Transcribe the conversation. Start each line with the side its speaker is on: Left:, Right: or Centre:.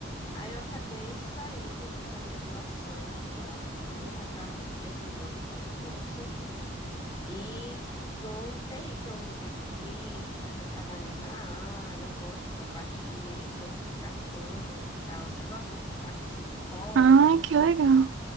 Left: Aí eu acabei saindo dessa graduação, lá quando eu já estava terminando quase o curso, e estou em TI, que eu me identifico, que eu já trabalhei na área, eu gosto dessa parte de codificação e tal. Você gosta dessa parte assim de códigos?
Right: Ah, que legal.